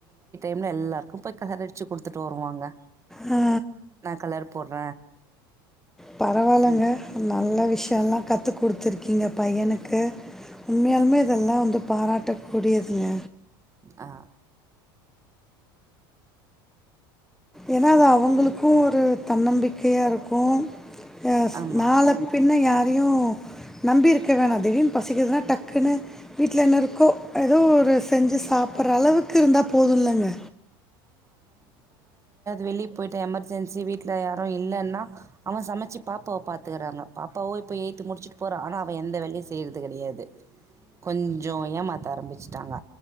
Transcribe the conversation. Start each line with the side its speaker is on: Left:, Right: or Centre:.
Right: ன்மே எல்லாருக்கு போய் கலர் அடிச்சி குடுத்துட்டு வருவாங்க
Centre: ஆ
Right: நா கலர் போட்ற
Centre: பரவால்லங்க நல்ல விஷயல்லா கத்து கொடுத்துருக்கீங்க பையனுக்கு உண்மையாலுமே இதெல்லா வந்து பாராட்டக் கூடியதுங்க
Right: ஆ
Centre: ஏன்னா அது அவங்களுக்கு ஒரு தன்னம்பிக்கையா இருக்கு ஆ
Right: ஆமா.
Centre: நாள பின் ன்ன யாரையு நம்பி இருக்க வேணா திடீர்னு பசிக்குதுன்னா டக்குன்னு வீட்ல என்ன இருக்கோ எதோ ஒரு செஞ்சு சாப் புற அளவுக்கு இருந்தா போதுலங்க
Right: வெளியே போயிட்ட எமர்ஜென்சி வீட்ல யாரு இல்லன்னா அவ சமைச்சி பாப்பாவ பாத்துக்கிறாங்க பாப்பாவோ இப்ப எய்ட்த்து முடிச்சிட்டு போறா ஆனா அவ எந்த வேலையு செய்யறது கடையாது கொஞ்ச ஏமாத்த ஆரம்பிச்சிட்டாங்க